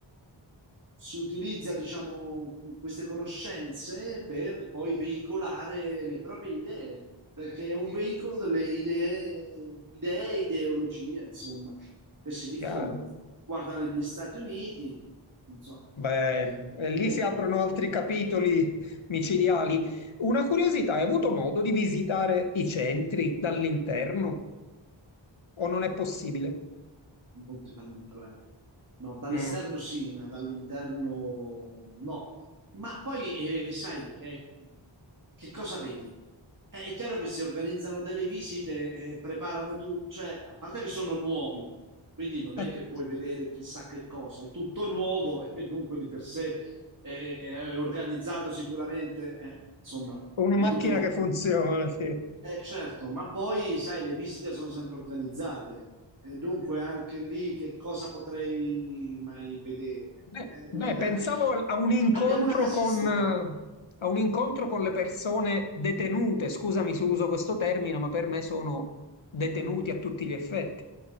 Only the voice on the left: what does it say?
Chiaro.
Beh,
e lì
si aprono altri capitoli micidiali. Una curiosità, hai avuto modo di visitare i centri dall'interno o non è possibile?
Mm.
<laughs>
Una
macchina
che funziona, sì.
Beh,
beh, pensavo a un incontro
con, eh, a un incontro con le persone detenute. Scusami se uso questo termine, ma per me sono detenuti a tutti gli effetti.